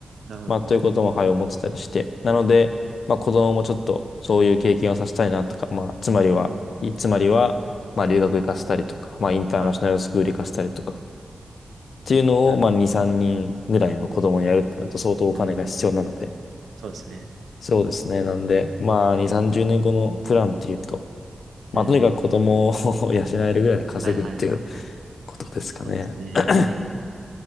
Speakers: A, on the right; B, on the left.
A: なるほど。
B: まあということもはい思ってたりして、
A: なるほど
B: なので、まあ子供もちょっとそういう経験をさせたいなとか、まあつまりは、
A: うん。
B: いつまりは、まあ留学行かせたりとか、まあインターナショナルスクール行かせたりとか、
A: はい。
B: っていうのをまあ2、
A: なるほ
B: 3人ぐらいの子供にやるってなると相当お金が必要なので、
A: ど。うん。そうですね。
B: そうですね。なんで、まあ、2、30年後のプランっていうと、まあ、
A: うんうん。
B: とにかく子供を <laughs> 養えるぐらいに稼ぐっていう
A: はいはいはいはい。
B: <laughs> ことですかね。
A: そうですね。
B: <clears throat>
A: 大変。